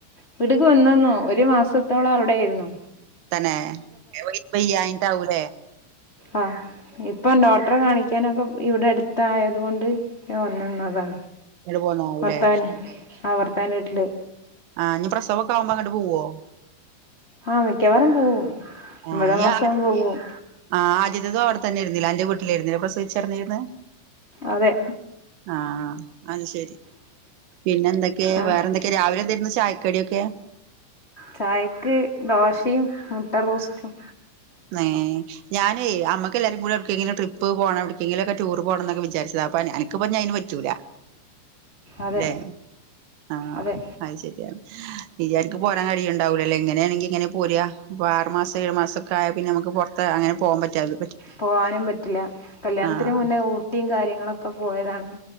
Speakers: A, on the left (about 75°); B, on the right (about 80°).
A: വീട്ടിൽക്ക് വന്നിരുന്നു ഒരു മാസത്തോളം അവിടെ ആയിരുന്നു.
B: തന്നെ ഇപ്പൊ വെയ്യാഞ്ഞിട്ട് ആവുല്ലേ
A: ആഹ് ഇപ്പം ഡോക്ടറെ കാണിക്കാനൊക്കെ ഇവിടെ അടുത്തായതുകൊണ്ട് ഞാൻ വന്ന് നിന്നതാ
B: ഇങ്ങട് പോന്നാവൂലേ
A: ഭർത്താവിന് ആഹ് ഭർത്താവിന്റെ വീട്ടില്
B: ആഹ് ഇനി പ്രസവൊക്കെ ആവുമ്പോ അങ്ങോട്ട് പോവോ
A: ആഹ് മിക്കവാറും പോവും ഒമ്പതാം
B: ആഹ് ഇയ്യ്
A: മാസം ആകുമ്പോ പോവും
B: ആഹ് ആദ്യത്തതും അവിടെ തന്നെ ആയിരുന്നില്ലേ അന്റെ വീട്ടിലായിരുന്നില്ലേ പ്രസവിച്ച കിടന്നിരുന്നേ
A: അതെ
B: ആഹ് അത് ശരി പിന്നെ എന്തൊക്കെ
A: ആ
B: വേറെന്തൊക്കെയ രാവിലെ എന്തേന്ന് ചായക്കടിയൊക്കെ കെ
A: ചായക്ക് ദോശയും മുട്ട റോസ്റ്റും
B: ഏഹ് ഞാനെയ് നമ്മക്ക് എല്ലാർക്കൂടെ എവിട്ക്കേലും ട്രിപ്പ് പ്പ് പോണം എവിടക്കങ്കിലക്കെ ടൂർ പോണംമൊക്കെ വിചാരിച്ചതാ അപ്പോ അനക്ക്പ്പൊ ഇനി അതിന് പറ്റൂല
A: അതെ
B: ല്ലെ ആഹ്
A: അതെ
B: അത് ശരിയ് ഇയ്യ് അനക്ക് പോരാൻ കഴിയുണ്ടാവൂലല്ലേ ഇങ്ങനെയാണെങ്കി എങ്ങനെ പോര ഇപ്പൊ ആറ് മാസം ഏഴു മാസം ക്കേ ആയ പിന്നെ നമുക്ക് പുറത്ത് അങ്ങന പോകൻ പറ്റാത്
A: പോവാനും പറ്റില്ല കല്യാണത്തിന്
B: ആഹ്
A: മുന്നേ ഊട്ടിയും കാര്യങ്ങളൊക്കെ പോയതാണ്